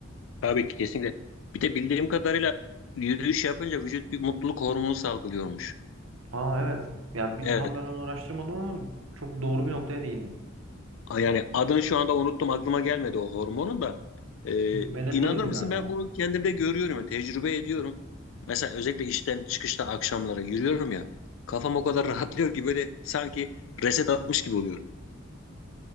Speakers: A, on the left (about 70°); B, on the right (about 85°).
A: Tabii ki kesinlikle. Bir de bildiğim kadarıyla yürüyüş yapınca vücut bir mutluluk hormonu salgılıyormuş.
B: Aa evet. Yani bir,
A: Evet.
B: tam ben onu araştırmadım ama çok doğru bir noktaya değindin.
A: A- Yani adını şu anda unuttum aklıma gelmedi o hormonun da. Ee,
B: Melatonindi
A: inanır mısın
B: galiba.
A: ben bunu kendimde görüyorum yani tecrübe ediyorum. Mesela özellikle işten çıkışta akşamları yürüyorum ya. Kafam o kadar <laughs> rahatlıyor ki böyle sanki reset atmış gibi oluyorum.